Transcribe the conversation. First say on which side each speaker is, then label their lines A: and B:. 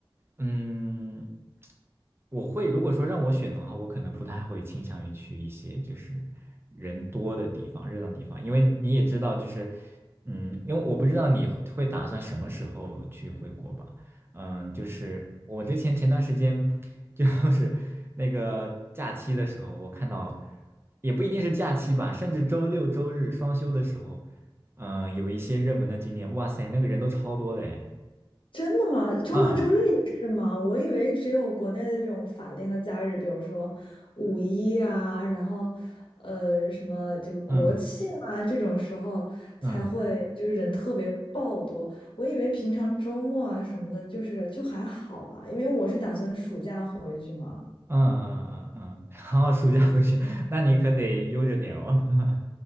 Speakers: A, on the right; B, on the left.
A: 嗯，我会如果说让我选的话，我可能不太会倾向于去一些就是人多的地方、热闹地方，因为你也知道，就是嗯，因为我不知道你会会打算什么时候去回国吧？嗯，就是我之前前段时间就 <laughs> 是那个假期的时候，我看到也不一定是假期吧，甚至周六周日双休的时候，嗯，有一些热门的景点，哇塞，那个人都超多的哎，
B: 真的吗？周六周日也是吗？
A: 嗯
B: 我以为只有国内的这种法定的假日，比如说五一啊，然后呃什么这个国庆啊这种时候才会就是人特别爆多。
A: 嗯嗯。
B: 我以为平常周末啊什么的，就是就还好吧，因为我是打算暑假回去嘛。
A: 嗯嗯嗯嗯，<laughs> 然后暑假回去，
B: 嗯。
A: <laughs> 那你可得悠着点哦。<laughs>